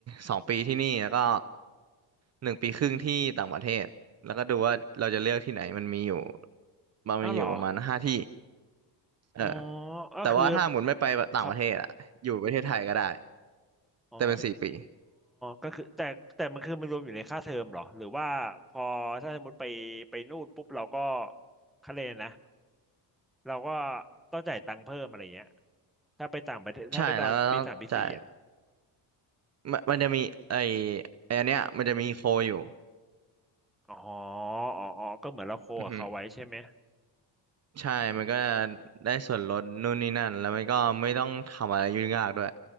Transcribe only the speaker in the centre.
อ้าวเหรอ
อ๋อก็คือ
ครับอ๋อ
ก็คือแต่แต่มันคือมันรวมอยู่ในค่าเทอมเหรอหรือว่าพอถ้าสมมติไปไปนู่นปุ๊บเราก็คะเลนนะเราก็ต้องจ่ายตังค์เพิ่มอะไรเงี้ยถ้าไปต่างประเทศถ้าไปตอนปีสามปีสี่อ่ะ
อ๋ออ๋ออ๋อก็เหมือนเราโคกับเขาไว้ใช่ไหม